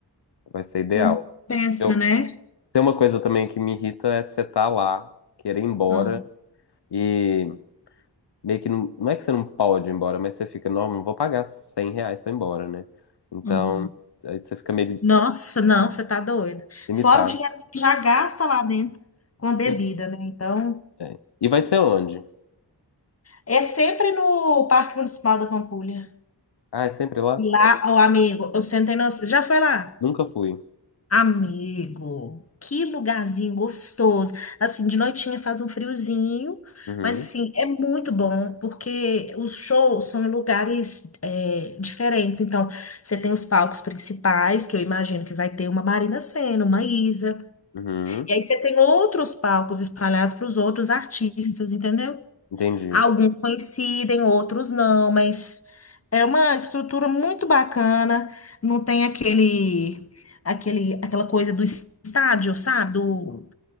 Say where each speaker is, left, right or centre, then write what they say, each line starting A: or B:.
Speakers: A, on the left (about 70°); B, on the left (about 35°).
A: vai ser ideal.
B: Compensa,
A: Eu,
B: né?
A: tem uma coisa também que me irrita é você tá lá, querer ir embora
B: Ah,
A: e meio que não, não é que você não pode ir embora, mas você fica, não, não vou pagar 100 reais pra ir embora, né? Então,
B: uhum.
A: aí você fica meio
B: Nossa, não, você tá doida.
A: limitado.
B: Fora o dinheiro que você já gasta lá dentro com a bebida,
A: E,
B: né? Então,
A: é. E vai ser onde?
B: é sempre no Parque Municipal da Pampulha.
A: Ah, é sempre lá?
B: Lá, o amigo, eu sentei no... Já foi lá?
A: Nunca fui.
B: Amigo, que lugarzinho gostoso. Assim, de noitinha faz um friozinho,
A: Uhum,
B: mas assim, é muito bom porque os shows são em lugares é, diferentes. Então, você tem os palcos principais, que eu imagino que vai ter uma Marina Sena, uma Isa.
A: uhum,
B: E aí você tem outros palcos espalhados para os outros artistas, entendeu?
A: entendi.
B: Alguns coincidem, outros não, mas é uma estrutura muito bacana. Não tem aquele, aquele, aquela coisa do estádio, sabe? Do,